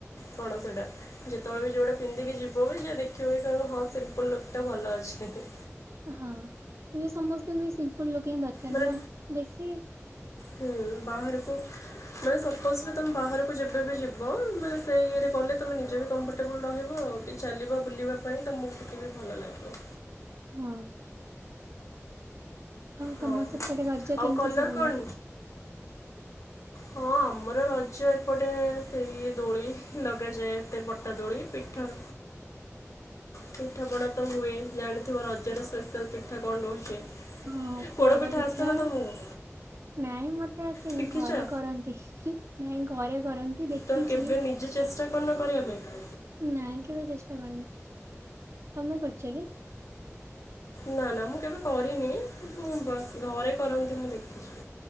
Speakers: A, on the left; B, on the right.
A: କଣ ସେଟା? ଯେତେବେଳେ ବି ଯଉଟା ପିନ୍ଧିକି ଯିବ ବି ଯିଏ ଦେଖିବ ବି କହିବ ହଁ ସିମ୍ପଲ ଲୁକ୍ ଟା ଭଲ ଅଛି। ହୁଁ ହୁଁ।
B: ହଁ ଏବେ ସମସ୍ତଙ୍କୁ ବି ସିମ୍ପଲ ଲୁକ ହି ଦରକାର
A: ମାନେ
B: ନା ବେଶୀ
A: ହୁଁ ବାହାରକୁ ମାନେ ସପୋଜ୍ ବି ତୁମେ ବାହାରକୁ ଯେବେ ବି ଯିବ ମାନେ ସେଇ ଇଏରେ କଲେ ତୁମେ ନିଜେ ବି କମ୍ଫର୍ଟେବୁଲ୍ ରହିବ ଆଉ ଟ ଚାଲିବା ବୁଲିବା ପାଇଁ ତ ମକୁ ଟିକେ ବି ଭଲ ଲାଗିବ।
B: ହଁ। ଆଉ
A: ହଁ
B: ତମ ସେପଟେ ରଜ
A: ଆଉ
B: କେମିତି
A: କଲର୍
B: ସବୁ
A: କଣ?
B: ହୁଏ?
A: ହଁ ଆମର ରଜ ଏପଟେ ସେଇ ଦୋଳି ଲଗାଯାଏ ଏତେ ବଟା ଦୋଳି ପିଠା ପିଠାପଣା ତ ହୁଏ ଜାଣିଥିବ ରଜର ସ୍ପେଶାଲ୍ ପିଠା କଣ ରହୁଛି?
B: ହଁ
A: ପୋଡ଼ପିଠା
B: ପୋଡ ପିଠା
A: ଆସେ ନା ତମକୁ
B: ନାଇଁ ମତେ ଆସେନି
A: ଶିଖିଛ
B: ଘରେ କରନ୍ତି। ନାଇଁ ଘରେ କରନ୍ତି। ଦେଖିଛି
A: ତ କେବେ ନିଜେ ଚେଷ୍ଟା କଣ କରିବା ପାଇଁ?
B: ନାଇଁ କେବେ ଚେଷ୍ଟା କରିନି ତମେ କରୁଛ କି?
A: ନା ନା ମୁଁ କେବେ କରିନି ମୁଁ ବାସ୍ ଘରେ କରନ୍ତି ମୁଁ ଦେଖିଛି।